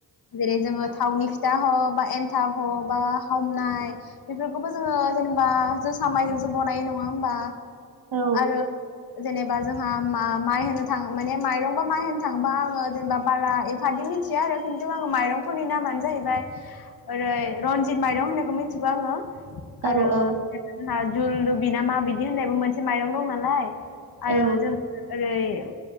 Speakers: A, on the left; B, on the right.
A: जेरै जोङो थावनि फिथा ह बा एनथाब ह बा हमनाय बेफोरखौबो जोङो जेनेबा जोसा माइजोंसो बनायो नङा होमबा?
B: औ
A: आरो जेनेबा जोंहा मा-माइ होनो थां माने माइरं बा माइ होनो थांबा आङो जेनेबा बारा एफादि मिथिया आरो खिन्थु आङो माइरंफोरनि नामानो जाहैबाय ओरै रनजित माइरं होननायखौ मिथि थिगौ आङो।
B: औ
A: आरो
B: औ
A: <unintelligible> नाझुलदबि ना माबायदि होननायबो मोनसे माइरं दं नालाय आरो
B: औ
A: जों रै ओ